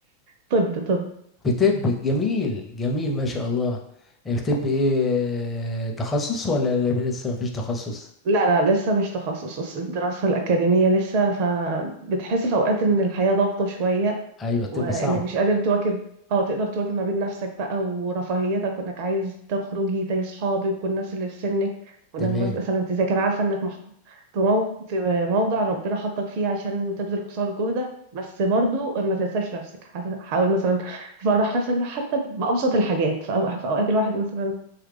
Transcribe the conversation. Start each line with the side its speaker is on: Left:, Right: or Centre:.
Right: طب طب
Left: في طب جميل جميل ما شاء الله في طب ايه تخصص ولا لسه ما فيش تخصص
Right: لا لا لسه مش تخصص بس الدراسة الأكاديمية لسه فبتحس في أوقات إن الحياة ضاغطة شوية
Left: ايوه طب
Right: وإنك
Left: صعب
Right: مش قادر تواكب اه تقدر تواكب ما بين نفسك بقى ورفاهيتك وإنك عايز تخرجي زي أصحابك والناس اللي في سنك وإنك
Left: تمام
Right: بس- مثلا أنت زي كان عارفة إنك محطوط في موق- في موضع ربنا حطك فيه عشان تبذل قصارى جهدك بس برضو ما تنساش نفسك حاول مثلا تفرح نفسك حتى بأبسط الحاجات في أو- في أوقات الواحد مثلا